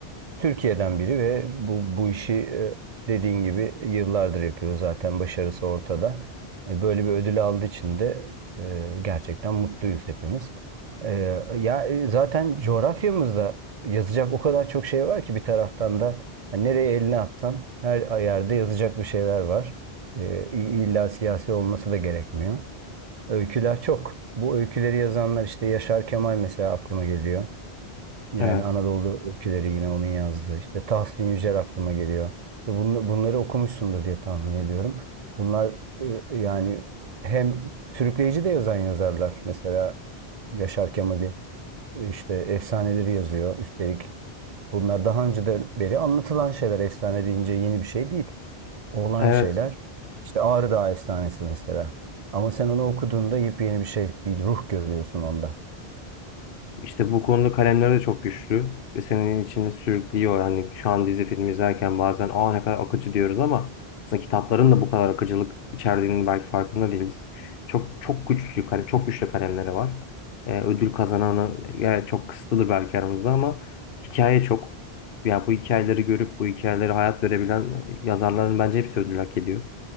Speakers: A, on the right; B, on the left.
A: Türkiye'den biri ve bu, bu işi e, dediğin gibi yıllardır yapıyor zaten başarısı ortada. E, Böyle bir ödül aldığı için de e, gerçekten mutluyuz hepimiz. E, Ya e, zaten coğrafyamızda yazacak o kadar çok şey var ki bir taraftan da hani nereye elini atsan her yerde yazacak bir şeyler var. E, İlla siyasi olması da gerekmiyor. Öyküler çok. Bu öyküleri yazanlar işte Yaşar Kemal mesela aklıma geliyor. Yani
B: Evet.
A: Anadolu Öyküleri yine onun yazdığı. İşte Tahsin Yücel aklıma geliyor. İşte bunu, bunları okumuşsundur diye tahmin ediyorum. Bunlar e, yani hem sürükleyici de yazan yazarlar. Mesela Yaşar Kemal'i e, işte efsaneleri yazıyor. Üstelik bunlar daha önceden beri anlatılan şeyler. Efsane deyince yeni bir şey değil. Olan
B: Evet.
A: şeyler. İşte Ağrı Dağı Efsanesi mesela. Ama sen onu okuduğunda yepyeni bir şey, bir ruh görüyorsun onda.
B: İşte bu konuda kalemleri de çok güçlü ve senin içinde sürüklüyor. Hani şu an dizi film izlerken bazen aa ne kadar akıcı diyoruz ama aslında kitapların da bu kadar akıcılık içerdiğinin belki farkında değiliz. Çok çok güçlü kale- çok güçlü kalemleri var. Ee, ödül kazananı yani çok kısıtlıdır belki aramızda ama hikaye çok. Ya bu hikayeleri görüp bu hikayeleri hayat verebilen yazarların bence hepsi ödül hak ediyor.